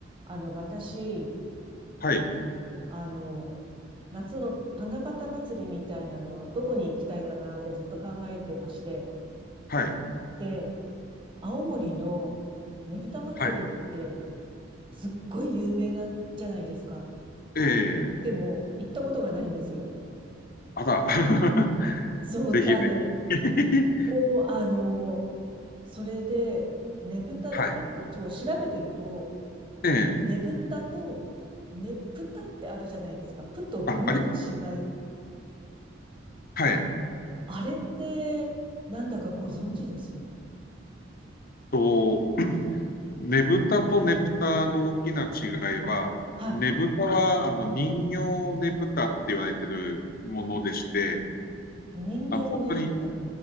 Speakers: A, on the right; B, on the left.
A: あの、私、
B: はい、
A: あの、夏の七夕祭りみたいなの、どこに行きたいかなってずっと考えてまして。
B: はい、
A: で、青森のねぶた祭りって
B: はい。
A: すっごい有名なんじゃないですか。
B: ええ、
A: でも、行ったことがないんですよ。
B: あら、<laughs>
A: そう、
B: ぜひぜひ。
A: あの、
B: <laughs>
A: もう、あの、それで、ねぶた、
B: はい。
A: よくちょ調べてると、
B: ええ、
A: ねぶたと、ねぷたってあるじゃないですか。ぷとぶの違い。
B: あ、ありはい。えっ
A: あれって、なんだかご存知です
B: と、ねぶたとねぷたの大きな違いは、
A: はい。
B: ねぶたは、あの、人形ねぶたって言われてるものでして、
A: 人形ねぶた。
B: あの、本当に